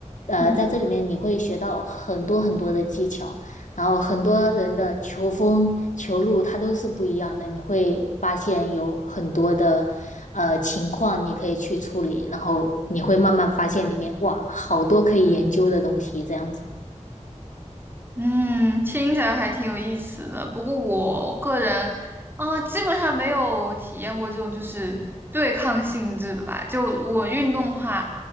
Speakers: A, on the left; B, on the right.
A: 呃，
B: 嗯。
A: 在这里面你会学到很多很多的技巧。然后很多人的球风、球路它都是不一样的，你会发现有很多的呃情况你可以去处理，然后你会慢慢发现里面哇，好多可以研究的东西这样子。
B: 嗯，听起来还挺有意思的。不过我个人，啊，基本上没有体验过这种就是对抗性质的吧。就我运动的话，